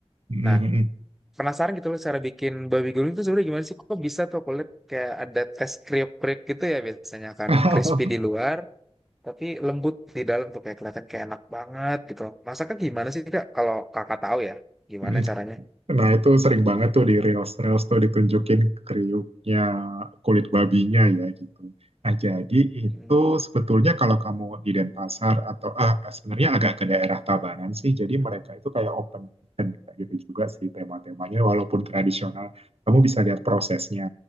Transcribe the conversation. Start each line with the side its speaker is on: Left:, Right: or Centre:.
Right: Mhm
Centre: Nah, penasaran gitu loh cara bikin babi guling itu sebenarnya gimana sih? Kok bisa tuh kulit kayak ada tes kriuk-kriuk gitu ya biasanya kan
Right: mhm.
Centre: crispy di luar tapi lembut di dalam tuh kayak kelihatan kayak enak banget gitu. loh. Masaknya gimana sih Kak? Kalau Kakak tahu ya gimana
Right: <laughs>
Centre: caranya?
Right: Nah, itu sering banget tuh di reels-reels tuh ditunjukin kriuknya kulit babinya ya gitu. Nah, jadi
Centre: Mm.
Right: itu sebetulnya kalau kamu di Denpasar atau ah, sebenarnya agak ke daerah Tabanan sih, jadi mereka itu kayak open kitchen kayak gitu juga sih tema-temanya walaupun tradisional, kamu bisa lihat prosesnya.